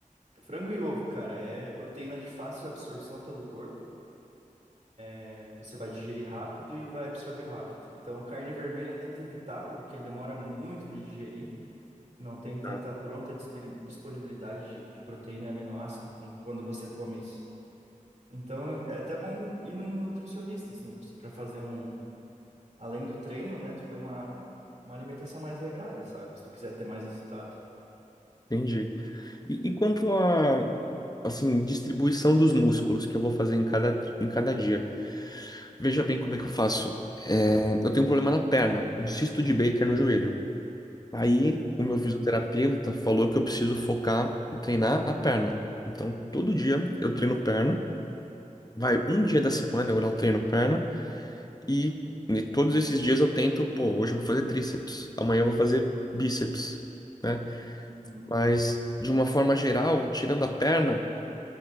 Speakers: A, on the right; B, on the left.
A: Frango e ovo, cara, é proteína de fácil absorção pelo corpo. É, Você vai digerir rápido e vai absorver rápido. Então, carne vermelha tenta evitar porque demora muito para digerir. Não tem tanta
B: Tá,
A: pronta dispe- disponibilidade de, de proteína e aminoácido quando, quando você come isso. Então é até bom ir no nutricionista, assim, para fazer um. Além do treino, né? Tu ter uma, uma alimentação mais regrada, sabe? Se tu quiser ter mais resultado.
B: entendi. E, e quanto à, assim, distribuição dos músculos que eu vou fazer em cada, em cada dia? Veja bem como é que eu faço. É, eu tenho um problema na perna, um cisto de Baker no
A: Uhum.
B: joelho. Aí o
A: Hum.
B: meu fisioterapeuta falou que eu preciso focar em treinar a perna. Então todo dia eu treino perna. Vai um dia
A: Uhum.
B: da semana eu não treino perna e ne- todos esses dias eu tento, pô, hoje eu vou fazer tríceps, amanhã eu vou fazer bíceps, né?
A: Uhum.
B: Mas de uma forma geral, tirando a perna,